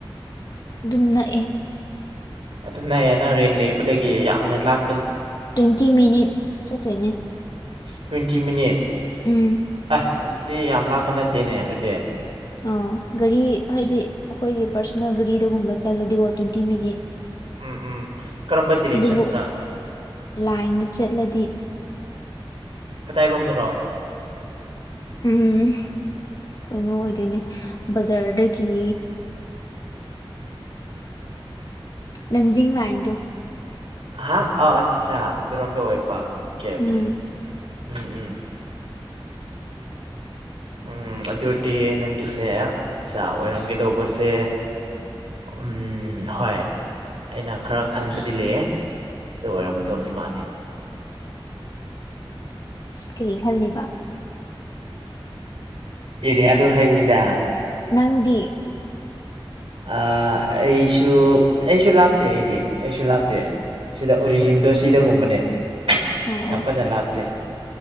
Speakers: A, on the left; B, on the right.
A: ꯑꯗꯨꯝ ꯅꯛꯑꯦ
B: ꯑꯗꯨꯝ ꯅꯛꯑꯌꯦ ꯅꯪ ꯔꯦꯟ ꯂꯩꯕꯗꯒꯤ ꯌꯥꯝꯅ ꯂꯞ
A: ꯇ꯭ꯋꯦꯟꯇꯤ ꯃꯤꯅꯤꯠ ꯆꯠꯇꯣꯏꯅꯦ
B: ꯇ꯭ꯋꯦꯟꯇꯤ ꯃꯤꯅꯤꯠ
A: ꯎꯝ
B: ꯑꯦ ꯑꯗꯨꯗꯤ ꯌꯥꯝ ꯂꯥꯞꯄ ꯅꯠꯇꯦꯅꯦ ꯑꯗꯨꯗꯤ
A: ꯑ ꯒꯥꯔꯤ ꯍꯥꯏꯗꯤ ꯑꯩꯈꯣꯏꯒꯤ ꯄꯥꯔꯁꯣꯅꯦꯜ ꯒꯥꯔꯤꯗꯒꯨꯝꯕ ꯆꯠꯂꯗꯤꯀꯣ ꯇ꯭ꯋꯦꯟꯇꯤ ꯃꯤꯅꯤꯠ
B: ꯎꯝ ꯎꯝ ꯀꯔꯝꯕ ꯗꯤꯔꯦꯛꯁꯟꯅꯣ
A: ꯑꯗꯨꯕꯨ ꯂꯥꯏꯟꯗ ꯆꯠꯂꯗꯤ
B: ꯀ ꯇꯏ ꯔꯣꯝꯗ
A: ꯎꯝ ꯀꯩꯅꯣ ꯑꯣꯏꯗꯣꯏꯅꯦ ꯕꯖꯥꯔꯗꯒꯤ ꯂꯟꯖꯤꯡ ꯂꯥꯏꯟꯗꯣ
B: ꯍꯥ ꯑꯥꯎ ꯑꯠ ꯑꯠꯆꯥ ꯑꯗꯨꯔꯣꯝꯗ ꯑꯣꯏꯕ ꯑꯣꯀꯦ ꯑꯣꯀꯦ
A: ꯎꯝ
B: ꯎꯝ ꯎꯝ ꯎꯝ ꯑꯗꯨꯗꯤ ꯅꯪꯒꯤꯁꯦ ꯆꯥꯛ ꯑꯣꯏꯔꯝꯒꯦ ꯇꯧꯕꯁꯦ ꯎꯝ ꯍꯣꯏ ꯑꯩꯅ ꯈꯔ ꯈꯟꯕꯗꯤ ꯂꯩꯌꯦꯦ ꯑꯗꯨ ꯑꯣꯏꯔꯝꯒ ꯇꯧꯗꯤ ꯃꯥꯜꯂꯦ
A: ꯀꯔꯤ ꯈꯜꯅꯤꯕ
B: ꯑꯦꯔꯤꯌꯥꯗꯣ ꯍꯥꯏꯕꯅꯤꯗ
A: ꯅꯪꯗꯤ
B: ꯑ ꯑꯩꯁꯨ ꯑꯩꯁꯨ ꯂꯥꯞꯇꯦ ꯑꯩꯗꯤ ꯑꯩꯁꯨ ꯂꯥꯞꯇꯦ ꯑꯁꯤꯗ ꯑꯣꯔꯤꯖꯤꯟꯗꯣ ꯁꯤꯗꯒꯨꯝꯕꯅꯦ
A: ꯑꯣ
B: ꯌꯥꯝ
A: ꯑꯣ
B: ꯀꯟꯅ ꯂꯥꯞꯇꯦ